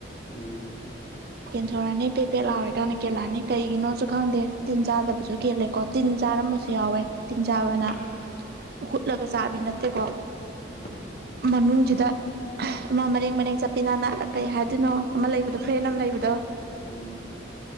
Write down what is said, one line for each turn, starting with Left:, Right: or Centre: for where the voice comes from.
Left: ꯎꯝ
Right: ꯀꯦꯟꯊꯣꯔꯛꯑꯅꯤ ꯄꯦꯄꯦꯠ ꯂꯥꯎꯔꯦ ꯀꯥꯟꯅ ꯀꯦꯜꯂꯛꯑꯅꯤ ꯀꯩꯒꯤꯅꯣꯁꯨ ꯈꯪꯗꯦ ꯇꯤꯟ ꯆꯥꯗꯕꯁꯨ ꯀꯦꯜꯂꯦꯀꯣ ꯇꯤꯟ ꯆꯥꯔꯝꯕꯁꯨ ꯌꯥꯎꯋꯦ ꯇꯤꯟ ꯆꯥꯕꯅ
Left: ꯎꯃꯅꯦ
Right: ꯍꯨꯠꯂꯒ ꯆꯥꯕꯤ ꯅꯠꯇꯦꯀꯣ
Left: ꯎꯝ
Right: ꯃꯅꯨꯡꯁꯤꯗ ꯃꯥ ꯃꯦꯡ ꯃꯔꯦꯡ ꯆꯠꯄꯤ ꯅ ꯀꯩ ꯍꯥꯏ ꯑꯗꯨꯅꯣ ꯑꯃ ꯂꯩꯕꯗꯣ ꯐꯩ ꯑꯅꯝ ꯂꯩꯕꯗꯣ
Left: ꯑꯥ